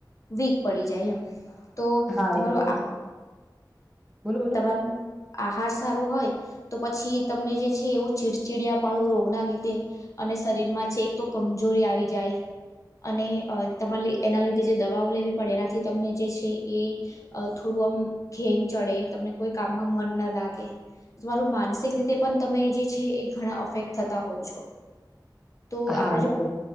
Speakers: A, on the left; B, in the centre.
A: વીક પડી જાય એમ. તો
B: હા
A: તમારું
B: એ તો
A: <inaudible>
B: સા- બોલો બોલો
A: તમારું આહાર સારું હોય. તો પછી તમને જે છે એવું ચીડચીડયા પણું રોગના લીધે. અને શરીરમાં છે એક તો કમજોરી આવી જાય. અને તમારે એના લીધે જે દવાઓ લેવી પડે એનાથી તમને જે છે એ અ થોડું આમ ઘેન ચડે, તમને કોઈ કામમાં મન ના લાગે. તમારું માનસિક રીતે પણ તમે જે છે એ ઘણા અફેક્ટ થતા હોવ છો. તો
B: હા
A: આપડે જો
B: એ તો